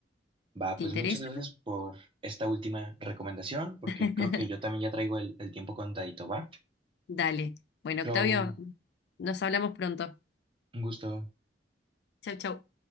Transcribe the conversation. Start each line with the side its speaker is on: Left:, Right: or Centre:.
Right: Va,
Left: ¿Te
Right: pues
Left: interesa?
Right: muchas gracias por esta última recomendación, porque
Left: <laughs>
Right: creo que yo también ya traigo el, el tiempo contadito, ¿va?
Left: Dale. Bueno,
Right: Chau,
Left: Octavio, nos hablamos pronto.
Right: un gusto.
Left: Chau, chau.